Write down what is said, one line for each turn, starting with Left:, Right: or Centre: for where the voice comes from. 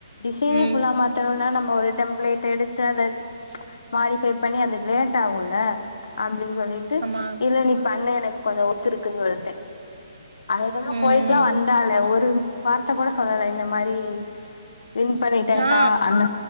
Left: டிசைனே
Right: ம்
Left: ஃபுல்லா மாத்தணுனா நம்ம ஒரு டெம்ப்ளேட் எடுத்து அத மாடிஃபை பண்ணி அது லேட் ஆகுல அப்டின் சொல்லிட்டு
Right: ஆமா
Left: இல்ல நீ பண்ணு எனக் கொஞ்ச ஒர்க் இருக்குன் சொல்லிட்ட அதுக்கப்பற
Right: ம்
Left: போயட்டுல்லா வந்தால ஒரு வார்த்த கூட சொல்லல இந்த மாரி வின் பண்ணிட்டகா
Right: ஆ
Left: அண்ண